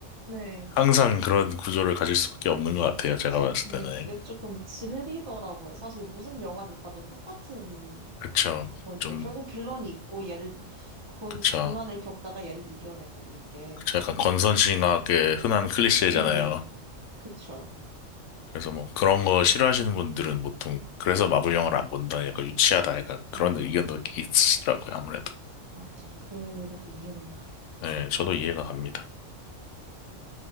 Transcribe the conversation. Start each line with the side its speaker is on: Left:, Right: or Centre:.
Right: 네
Left: 항상 그런 구조를 가질 수밖에 없는 것 같아요.
Right: 그쵸
Left: 제가 봤을
Right: 근데
Left: 때는.
Right: 그게 조금 질리더라고요 사실 무슨 영화를 봐도 똑같은
Left: 그쵸.
Right: 거니까
Left: 좀,
Right: 결국 빌런이 있고 얘를 곤,
Left: 그쵸.
Right: 고난을 겪다가 얘를 이겨내고 이게
Left: 그쵸. 약간 건선징악의 흔한 클리셰잖아요.
Right: 네 그쵸
Left: 그래서 뭐 그런 거 싫어하시는 분들은 보통 그래서 마블 영화를 안 본다, 약간 유치하다, 약간 그런
Right: 음
Left: 의견도 있으시더라고요, 아무래도.
Right: 맞죠 그 의견도 이해는 가요
Left: 네, 저도 이해가 갑니다.